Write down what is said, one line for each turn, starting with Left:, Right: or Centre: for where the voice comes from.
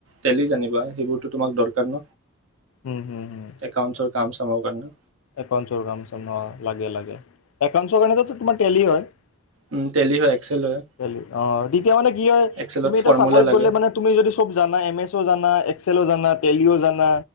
Right: তেলি জনিবা সেইবোৰতো তোমাক দৰকাৰ ন
Left: উম হম-হম
Right: একাউন্টছৰ কাম চামৰ কাৰণে
Left: একাউঞ্চৰ কাম চাম অ লাগে-লাগে একাউন্তছৰ কাৰনেটো তোমাৰ তেলি হয় <unintelligible>
Right: উম, টেলি হয় এক্সেল হয়
Left: অ' তেতিয়া মানে কি হয়
Right: এক্সেলত
Left: তুমি এতিয়া
Right: ফৰ্মুলা
Left: চাকৰিত
Right: লাগে
Left: গ'লে মানে তুমি যদি চব জানাই, এম এছ ও জানা এক্সেলো জানা। টেলিও জানা।